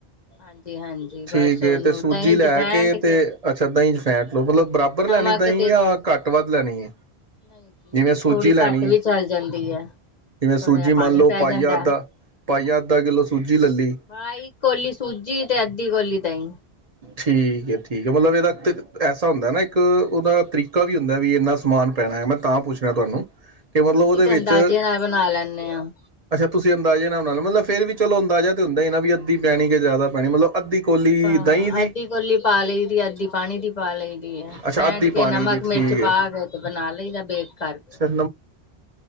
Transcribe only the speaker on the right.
ਠੀਕ
ਹੈ
ਤੇ ਸੂਜੀ
ਲੈ
ਕੇ ਤੇ ਅੱਛਾ ਦਹੀਂ ਚ ਫੈਂਟ ਲਓ ਮਤਲਬ ਬਰਾਬਰ ਲੈਣੀ
ਦਹੀਂ
ਜਾਂ ਘੱਟ ਵੱਧ ਲੈਣੀ
ਜਿਵੇਂ
ਸੂਜੀ
ਲੈਣੀ
ਹੈ
ਜਿਵੇਂ ਸੂਜੀ
ਮੰਨ
ਲਓ
ਪਾਈਆ
ਅੱਧਾ
ਪਾਈਆ ਅੱਧਾ ਕਿੱਲੋ ਸੂਜੀ ਲੈ ਲਈ
ਠੀਕ ਹੈ ਠੀਕ ਹੈ ਮਤਲਬ ਇਹਦਾ ਐਸਾ ਹੁੰਦਾ ਨਾ ਇੱਕ ਉਹਦਾ ਤਰੀਕਾ ਵੀ ਹੁੰਦਾ ਵੀ ਇੰਨਾ ਸਮਾਨ ਪੈਣਾ ਹੈ ਮੈਂ ਤਾਂ ਪੁੱਛਣਾ ਤੁਹਾਨੂੰ ਕਿ ਮਤਲਬ
ਉਹਦੇ
ਵਿੱਚ
ਅੱਛਾ ਤੁਸੀਂ ਅੰਦਾਜ਼ੇ ਨਾਲ ਮਤਲਬ ਫੇਰ ਵੀ ਚਲੋ ਅੰਦਾਜ਼ਾ ਤੇ ਹੁੰਦਾ ਨਾ ਵੀ ਅੱਧ ਪੈਣੀ ਕਿ ਜ਼ਿਆਦਾ ਪੈਣੀ ਮਤਲਬ ਅੱਧੀ ਕੋਲੀ
ਦਹੀਂ ਦੀ
ਅੱਛਾ
ਅੱਧੀ
ਪਾਣੀ
ਦੀ
ਠੀਕ ਹੈ
ਅੱਛਾ